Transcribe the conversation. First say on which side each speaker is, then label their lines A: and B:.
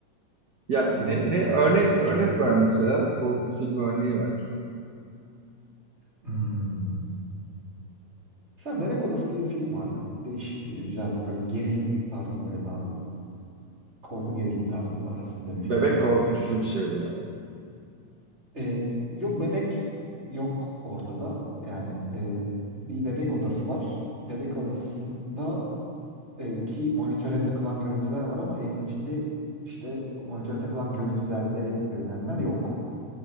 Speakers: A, on the right; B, on the right.
A: Ya
B: Ben
A: ne,
B: de o,
A: ne örnek
B: o tarzı daha
A: örnek
B: çok seviyorum.
A: ver mesela korku filmi örneği ver.
B: Hmm. Mesela Bebek Odası diye bir film vardı. Değişikti. Güzel böyle gerilim tarzı böyle daha korku gerilim tarzı arasında bir filmdi
A: Bebek
B: böyle.
A: korkutucu bir şey bu arada.
B: E, yok bebek yok ortada. Yani e, bir bebek odası var. Bebek odasında e, ki monitöre takılan görüntüler var ama evin içinde işte monitöre takılan görüntülerde görünenler yok.